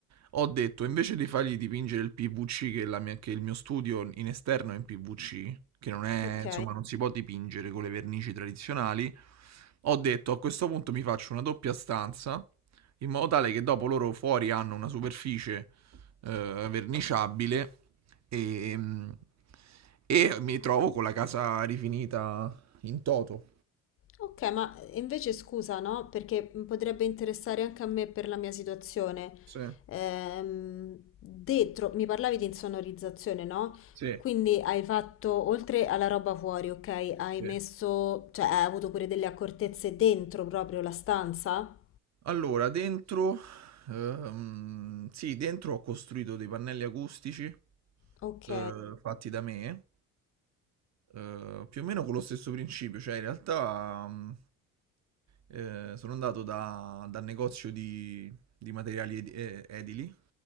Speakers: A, on the right; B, on the left.
A: ho detto invece di fargli dipingere il PVC, che, la mia- che il mio studio in esterno è in PVC, che non è,
B: ok.
A: insomma, non si può dipingere con le vernici tradizionali, ho detto a questo punto mi faccio una doppia stanza, in modo tale che dopo loro fuori hanno una superficie eh, verniciabile e, mhmm, e mi trovo con la casa rifinita in toto.
B: Ok, ma invece scusa, no? Perché potrebbe interessare anche a me per la mia situazione.
A: Sì,
B: Ehm, dentro, mi parlavi di insonorizzazione, no?
A: sì,
B: Quindi hai fatto, oltre alla roba fuori, ok? Hai
A: sì.
B: messo, cioè hai avuto pure delle accortezze dentro proprio la stanza?
A: Allora, dentro, ehm, sì, dentro ho costruito dei pannelli acustici
B: Ok.
A: eh, fatti da me, eh, più o meno con lo stesso principio, cioè in realtà mm, eh, sono andato da, dal negozio di, di materiali edi- eh, edili,